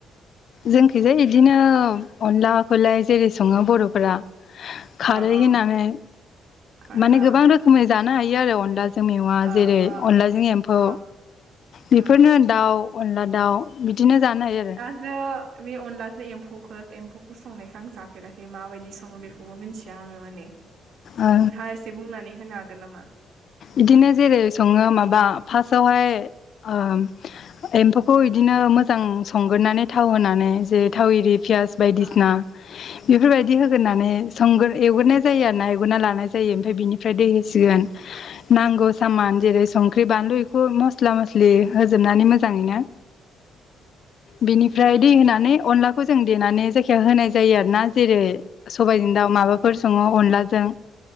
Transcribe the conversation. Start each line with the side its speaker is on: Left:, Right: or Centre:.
Left: जोंखैजाय इदिनो अनलाखौलाय जेरै सङो बर'फोरा खारै
Right: अ अ
Left: होननानै
Right: खारै
Left: माने
Right: अ
Left: गोबां रोखोमै जानो हायो आरो अनला जों मेवा
Right: अ
Left: जेरै
Right: अ
Left: अनलाजों एम्फौ
Right: अ
Left: बेफोरनो
Right: अ
Left: दाउ अनला दाउ बिदिनो जानो हायो आरो
Right: आरो बे अनलासो एम्फौखौ एम्फौखौ संनायखौ आं जाफेराखै माबायदि सं सङो बेखौबो मिथिया आङो माने नोंथाङा
Left: ओ
Right: एसे बुंनानै होनो हागोन नामा?
Left: इदिनो जेरै सङो माबा फार्स्टावहाय ओ एम्फौखौ
Right: उम
Left: दिनो मोजां संगोरनानै थाव होनानै जे थाव इरि पियास बायदिसिना
Right: अ ओ
Left: बेफोरबायदि होगोरनानै संगोर एवगोरनाय जायो आरो ना एवग्रोना लानाय जायो ओमफ्राय बिनि फ्राय दै होसिगोन नांगौ सामान
Right: ओ
Left: जेरै संख्रि बानलु बेखौ मस्ला मस्लि होजोबनानै मोजाङैनो बिनिफ्राय
Right: उम उम
Left: दै होनानै अनलाखौ जों देनानै जायखिया होनाय जायो आरो ना जेरै सबाइजों दाउ माबाफोर
Right: ओ
Left: सङो अनलाजों